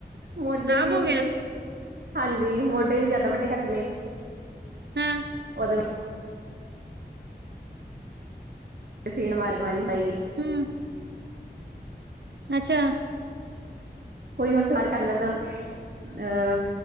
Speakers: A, on the right (about 60°); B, on the right (about 80°).
A: ਮੋਢੇ
B: ਖ਼ਰਾਬ
A: ਵੀ
B: ਹੋ
A: ਪੂਰੇ
B: ਗਿਆ
A: ਹਾਂਜੀ ਮੋਢੇ ਵੀ ਜ਼ਿਆਦਾ ਵੱਡੇ ਕੱਟ ਲਏ
B: ਹੈਂ
A: ਉਹਦੇ ਤੇ ਸੀਣ ਮਾਰੀ ਬਾਰਿਸ਼ ਆਏਗੀ।
B: ਹਮ ਅੱਛਾ
A: ਕੋਈ ਹੁਣ ਸਵਾਰ ਕਰ ਮੈ ਲੱਗਦਾ ਅਹ